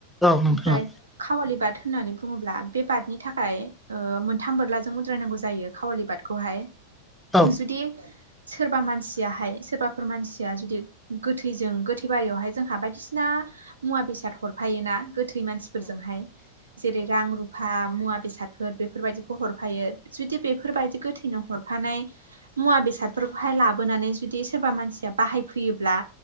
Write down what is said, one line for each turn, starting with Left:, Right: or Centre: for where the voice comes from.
Centre: औ नोंथां
Right: ओमफ्राय खावालि बाद होननानै बुङोब्ला बे बादनि थाखाय मोनथाम बोरलाजों उद्रायनांगौ जायो खावालि बादखौहाय।
Centre: औ नोंथां औ
Right: जुदि सोरबा मानसियाहाय सोरबाफोर मानसिया जुदि गोथैजों गोथै बारियावहाय जोंहा बायदिसिना मुवा बेसाद हरफायोोना गोथै मानसि फोरजोंहाय जेरै रां रुफा मुवा बेसादफोर बेफोरबायदिखौ हरफायो जुदि बेफोरबायदि गोथैनाव हरफानाय मुवा बेसादफोरखौहाय लाबोनानै जुदि सोरबा मानसिया बाहायफैयोब्ला